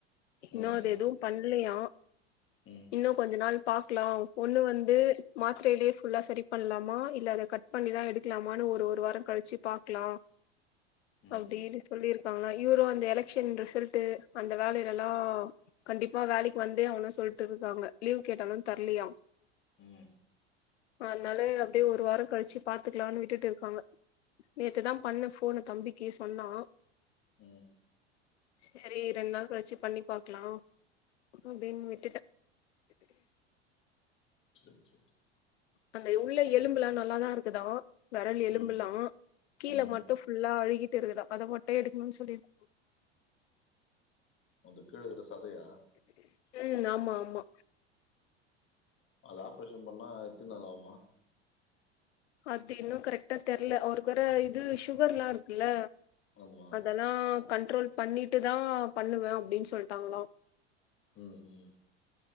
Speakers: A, on the left (about 80°); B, on the left (about 35°).
A: இன்னு
B: ம்
A: அது
B: ம்
A: எது பண்லயா
B: ம்
A: இன்னு கொஞ்ச நாள் பாக்லா ஒன்னு வந்து மாத்ரைலே ஃபுல்லா சரி பண்லாமா இல்ல அத கட் பண்ணிதா எடுக்லாமானு ஒரு ஒரு வார கழிச்சு பாக்லா
B: ம்
A: அப்டின்னு சொல்லிருக்காங்க இவுரு அந்த எலக்க்ஷன் ரிசல்ட்டு அந்த வேலைலலா கண்டிப்பா வேலைக் வந்தே ஆவனு சொல்ட்டு இருக்காங்க லீவ் கேட்டாலு தர்லியா
B: ம்
A: அத்னால அப்டே ஒரு வார கழிச்சு பாத்துக்லானு விட்டுட்டு இருக்காங்க நேத்து தா பண்ண ஃபோனு தம்பிக்கு சொன்னா
B: ம்.
A: சரி ரெண் நாள் கழிச்சு பண்ணி பாக்லா அப்டின் விட்டுட்ட
B: சேர் சேர் சேர்
A: அந்த உள்ள எலும்புலா நல்லாதா இருக்குதா வெரல் எலும்புலா
B: ம்
A: கீழ
B: ம்
A: மட்டு ஃபுல்லா அழுகிட்டு இருக்குதா அத மட்டு எடுக்ணுன் சொல்லிர்
B: அந்த கீழருக்க சதயா
A: ம் ஆமா ஆமா
B: அது ஆப்ரேஷன் பண்ணா எத்தின் நாள் ஆவுமா
A: அது இன்னு கரெக்டா தெர்ல அவுருக் வேர இது சுகர்லா இருக்குல்ல
B: ஆமா
A: அதெல்ல தா கண்ட்ரோல் பண்ணிட்டு தா பண்ணுவ அப்டின் சொல்ட்டாங்ளா
B: ம் ம்